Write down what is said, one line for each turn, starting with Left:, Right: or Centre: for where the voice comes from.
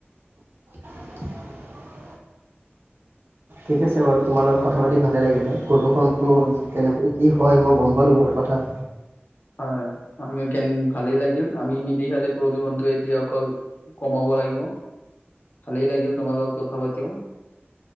Right: <inaudible> ঠিক আছে বাৰু তোমাৰ লগত কথা পাতি ভালে লাগিলে। প্ৰদূষণটো
Left: অ
Right: কেনেকৈ কি হয় মই গম পা পালো বহুত কথা
Left: হয় আমিও কেন ভালেই লাগিল আমি মিলি খালে প্ৰদূষণটো এতিয়া অকল কমাব লাগিব ভালেই লাগিল তোমাৰ লগত কথা পাতিও